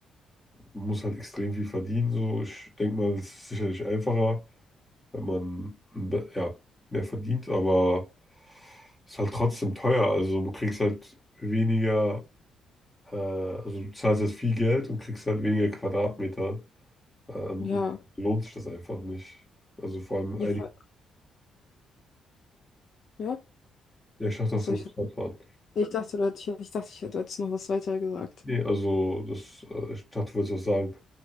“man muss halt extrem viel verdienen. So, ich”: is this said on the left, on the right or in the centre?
Left